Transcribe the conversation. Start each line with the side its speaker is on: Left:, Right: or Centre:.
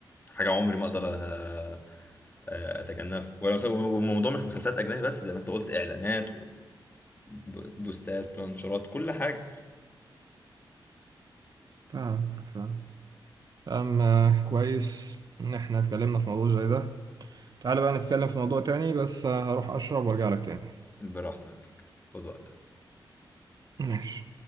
Left: حاجه عمري ما اقدر آه، آه، اتجنبها ولا مس- والموضوع مش مسلسلات اجنبي بس زي ما انت قلت اعلانات وبوستات وانشرات كل حاجه
Right: فاهم فاهم أما كويس إن إحنا اتكلمنا في موضوع زي ده تعالى بقى نتكلم في موضوع تاني بس هروح أشرب وأرجع لك تاني
Left: براحتك خد وقتك
Right: ماشي